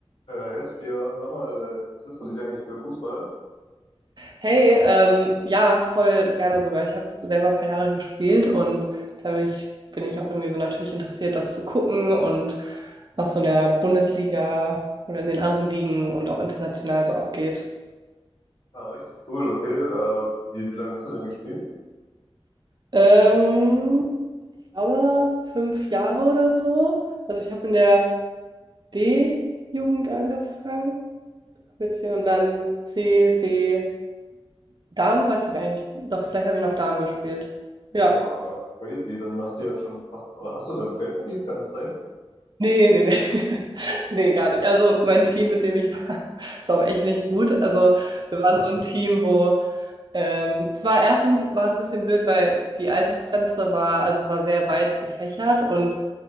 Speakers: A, on the left; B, on the right.
A: Äh, Hestia, sag mal, äh, interessierst du dich eigentlich für Fußball?
B: Hey, ähm, ja, voll gerne sogar. Ich habe selber ein paar Jahre gespielt und dadurch bin ich auch irgendwie so natürlich interessiert, das zu gucken und was so in der Bundesliga oder in den anderen Ligen und auch international so abgeht.
A: Ah, richtig cool, okay. Äh, wie, wie lange hast du denn gespielt?
B: Ähm, ich glaube, fünf Jahre oder so. Also ich habe in der D-Jugend angefangen, hab jetzt hier und dann C, B, Damen, weiß ich eigentlich. Doch, vielleicht habe ich noch Damen gespielt. Ja.
A: Wow, crazy. Dann hast du ja schon fast, oder hast du damit Geld verdient, kann das sein?
B: Ne, ne, ne. Ne, <laughs> gar nicht. Also mein Team, mit dem ich war, <laughs> ist auch echt nicht gut. Also wir waren so ein Team, wo ähm, es war erstens war es ein bisschen blöd, weil die Altersgrenze war also es war sehr weit gefächert und